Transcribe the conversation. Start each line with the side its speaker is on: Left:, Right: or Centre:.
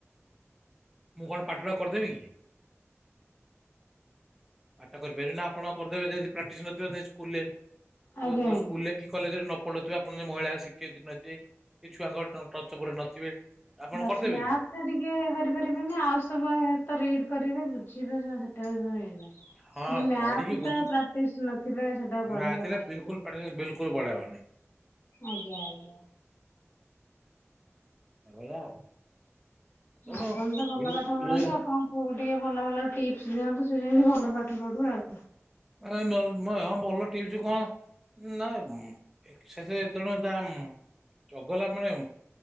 Centre: ମୁଁ କଣ ପାଠଟା କରିଦେବି କି? ପାଠ କରିପାରିବେନି ଆପଣ କରିଦେବେ ଯଦି ପ୍ରାକ୍ଟିସ୍ ନଥିବ ଦେ ଛୁ କୁଲେ ଓ
Left: ଆଜ୍ଞା
Centre: କୋଉ
Left: ଆଜ୍ଞା।
Centre: ସ୍କୁଲରେ କି କଲେଜରେ ନ ପଢୁଥିବେ ଆପଣ ଯଦି ମହିଳା ଶିକ୍ଷୟତ୍ରୀ ନହେଇଥିବେ କି ଛୁଆଙ୍କର ଟ ଟଚପରା ନଥିବେ ଆପଣ
Left: ବାସ୍
Centre: କରିଦେବେ
Left: ମ୍ୟାଥ୍
Centre: କି?
Left: ସେଟା ଟିକେ କରିପାରିବେନି ଆଉ ସବୁଆ ତ ରିଡ୍ କରିବେ ବୁଝିବେ ସେଟା ବି ହେଇନାହିଁ। କିନ୍ତୁ
Centre: ହଁ
Left: ମ୍ୟାଥ୍
Centre: ପଢିକି ବୁଝି
Left: ଟା ପ୍ରାକ୍ଟିସ ନଥିଲେ ସେଟା ପଢେଇବା
Centre: ମ୍ୟାଥ୍ ରେ
Left: କଷ୍ଟ
Centre: ବିଲକୁଲ
Left: ଟିକେ।
Centre: ବିଲକୁଲ ପଢେଇବନି।
Left: ଆଜ୍ଞା ଆଜ୍ଞା।
Centre: ଏଇ ଭଳିଆଉ। ତେଣୁ
Left: ଆପଣ ତ ଭଲ ପାଠ ପଢ଼ାନ୍ତି
Centre: ଇଏ
Left: ଆପଣ ପୁଅକୁ ଟିକେ ଭଲ ଭଲ ଟିପ୍ସ ଦିଅନ୍ତୁ ସେ ଯେମିତି ଭଲ ପାଠ ପଢୁ ଆଉ।
Centre: ଏ ନର୍ମା ହଁ ଭଲ ଟିପ୍ସ କଣ ନା ଏକ୍ସେସ୍ ଜଣେ ଦାମ୍ ଚ ଗଲା ମାନେ